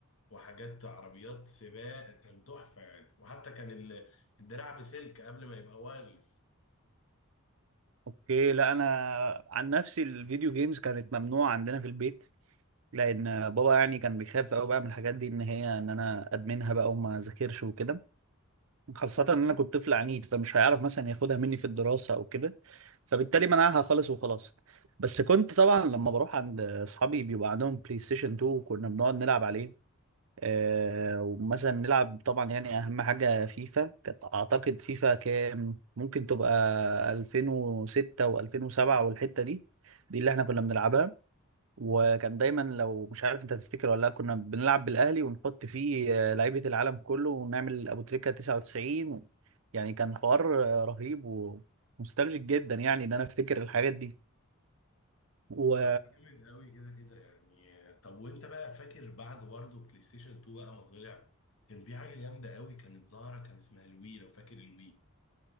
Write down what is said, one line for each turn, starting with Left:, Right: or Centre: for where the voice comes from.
Left: وحاجات عربيات سباق كان تحفه يعني وحتى كان ال... الدراع بسلك قبل ما يبقى وايرلس
Right: اوكي لا انا عن نفسي الفيديو جيمز كانت ممنوعه عندنا في البيت لان بابا يعني كان بيخاف قوي بقى من الحاجات دي ان هي ان انا ادمنها بقى وما ذاكرش وكده خاصة ان انا كنت طفل عنيد فمش هيعرف مثلا ياخدها مني في الدراسة او كده فبالتالي منعها خالص وخلاص بس كنت طبعا لما بروح عند اصحابي بيبقى عندهم بلاي ستيشن 2 وكنا بنقعد نلعب عليه آه ومثلا نلعب طبعا يعني اهم حاجة فيفا كانت اعتقد فيفا كام ممكن تبقى 2006 و2007 والحتة دي دي اللي احنا كنا بنلعبها وكان دايما لو مش عارف انت تفتكر ولا لا كنا بنلعب بالاهلي ونحط فيه آه، لعيبه العالم كله ونعمل ابو تريكه 99 يعني كان حوار آه، رهيب ومستلجك جدا يعني ان انا افتكر الحاجات دي و
Left: اه كان جامد قوي كده كده يعني طب وانت بقى فاكر بعد برضه بلاي ستيشن 2 بقى ما طلع كان في حاجه جامده قوي كانت ظاهره كان اسمها الوي لو فاكر الوي